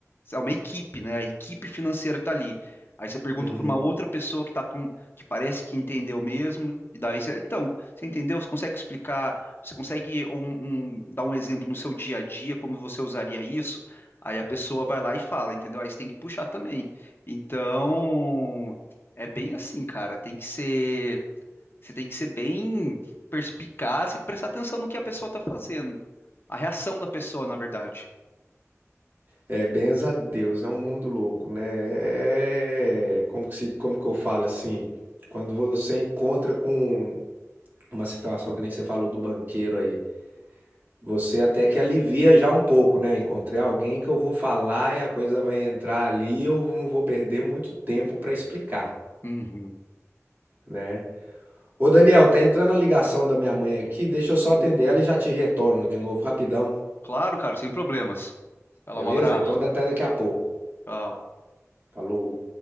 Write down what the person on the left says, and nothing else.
é uma equipe, né? A equipe financeira está ali. Aí você pergunta
para uma outra pessoa que tá com, que parece que entendeu mesmo, e daí você, então, você entendeu? Você consegue explicar, você consegue um- um- dar um exemplo no seu dia a dia, como você usaria isso? Aí a pessoa vai lá e fala, entendeu? Aí você tem que puxar também. Então, é bem assim, cara, tem que ser você tem que ser bem perspicaz e prestar atenção no que a pessoa tá fazendo. A reação da pessoa, na verdade.
Uhum.
Opa.
Claro, cara, sem problemas. Vai
lá, um abraço.
Tchau.